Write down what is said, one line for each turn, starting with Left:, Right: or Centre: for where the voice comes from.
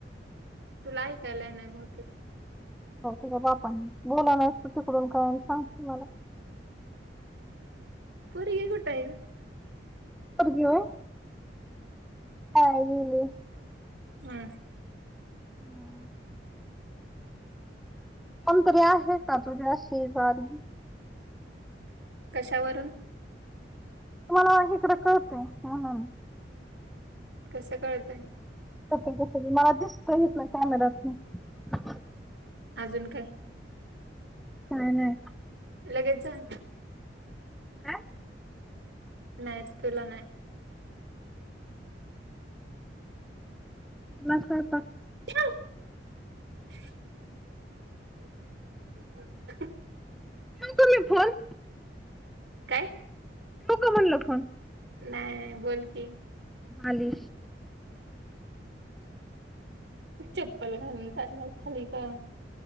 Right: तुला ऐकायला येई नाय बहुतेक.
Centre: हो तूझ्या बापानी, बोला नायच तर तिकडून काय सांगती मला.
Right: पोरगी कुठंय गं?
Centre: पुरगी व्हय? काय बोलू?
Right: हम्म.
Centre: हम्म. कोणंतरी आहे कां तुझ्या शेजारी
Right: कश्या वरूंन
Centre: मलां इकडं कळतंय म्हणूंन
Right: कसं कळतंय
Centre: कसं मलां दिसतेत कॅमेरा तूं नं
Right: अजूंन कायं
Centre: कायं नाहीं
Right: लगेच जलं
Centre: कांय
Right: नाहींच तुलां नाहीं
Centre: मंग स्वयंपांक
Right: ठेव <unintelligible> <unintelligible>
Centre: ठेऊं कां मी फोन
Right: कायं
Centre: ठेवूं कां म्हणले फोन
Right: नाहीं बोलं की
Centre: खाली
Right: चप्पल घालूंन चालणांरय खाली कां